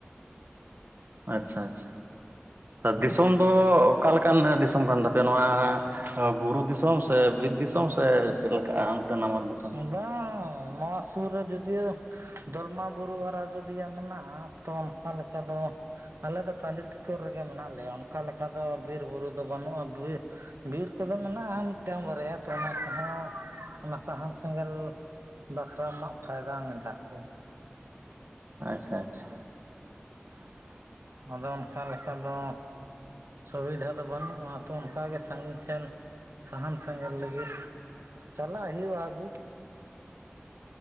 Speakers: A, on the right; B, on the right.
A: ᱟᱪᱪᱷᱟ ᱟᱪᱪᱷᱟ, ᱫᱤᱥᱚᱢ ᱫᱚ ᱚᱠᱟ ᱞᱮᱠᱟᱱ ᱫᱤᱥᱚᱢ ᱠᱟᱱ ᱛᱟᱯᱮᱭᱟ ᱱᱚᱣᱟ ᱚ ᱵᱩᱨᱩ ᱫᱤᱥᱚᱢ ᱥᱮ ᱵᱤᱨ ᱫᱤᱥᱚᱢ ᱥᱮ ᱪᱮᱫ ᱞᱮᱠᱟᱜ ᱟ ᱚᱱᱛᱮ ᱱᱟᱢᱟᱞ ᱫᱤᱥᱚᱢ?
B: ᱵᱟᱝ ᱱᱚᱣᱟ ᱥᱩᱨ ᱨᱮ ᱡᱚᱫᱤᱭᱳ ᱫᱚᱞᱢᱟ ᱵᱩᱨᱩ ᱟᱨ ᱟᱡᱚᱫᱤᱭᱟᱹ ᱢᱮᱱᱟᱜᱼᱟ ᱛᱚ ᱚᱱᱠᱟ ᱞᱮᱠᱟ ᱫᱚ ᱟᱞᱮ ᱫᱚ ᱴᱟᱺᱰᱤ ᱴᱤᱠᱚᱨ ᱨᱮᱜᱮ ᱢᱮᱱᱟᱜ ᱞᱮᱭᱟ ᱚᱱᱠᱟ ᱞᱮᱠᱟ ᱫᱚ ᱵᱤᱨᱵᱩᱨᱩ ᱫᱚ ᱵᱟᱹᱱᱩᱜᱼᱟ, ᱵᱤᱨ ᱵᱤᱨ ᱠᱚᱫᱚ ᱢᱮᱱᱟᱜᱼᱟ ᱢᱤᱫᱴᱟᱝ ᱵᱟᱨᱭᱟ ᱛᱚ ᱚᱱᱟ ᱠᱚᱦᱚᱸ ᱚᱱᱟ ᱥᱟᱦᱟᱱ ᱥᱮᱸᱜᱮᱞ ᱵᱟᱠᱷᱨᱟ ᱢᱟ ᱯᱷᱟᱭᱫᱟᱝ ᱮᱫᱟ ᱠᱚ᱾
A: ᱟᱪᱪᱷᱟ ᱟᱪᱪᱷᱟ
B: ᱟᱫᱚ ᱚᱱᱠᱟ ᱞᱮᱠᱟ ᱫᱚ ᱥᱩᱵᱤᱫᱷᱟ ᱫᱚ ᱵᱟᱹᱱᱩᱜᱼᱟ ᱛᱚ ᱚᱱᱠᱟᱜᱮ ᱥᱟᱺᱜᱤᱧ ᱥᱮᱱ ᱥᱟᱦᱟᱱ ᱥᱮᱸᱜᱮᱞ ᱞᱟᱹᱜᱤᱫ ᱪᱟᱞᱟᱜ ᱦᱩᱭᱩᱜᱼᱟ ᱟᱜᱩ